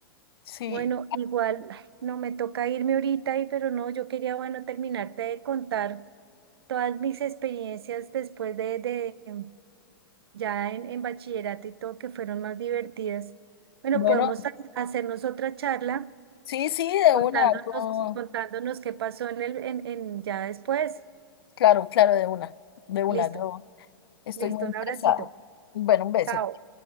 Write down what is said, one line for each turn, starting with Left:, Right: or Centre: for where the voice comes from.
Left: Sí.
Right: Bueno, igual, ay, no me toca irme ahorita, y, pero no, yo quería, bueno, terminarte de contar. todas mis experiencias después de, de em, ya en, en bachillerato y todo que fueron más divertidas. Bueno,
Left: Bueno,
Right: podemos ha- hacernos otra charla
Left: sí, sí, de
Right: contándonos,
Left: una. yo-
Right: contándonos qué pasó en el, en, en ya después.
Left: Claro, claro, de una. De una,
Right: Listo,
Left: yo estoy
Right: listo,
Left: muy
Right: un
Left: interesada.
Right: abracito.
Left: Bueno, un beso.
Right: Chao.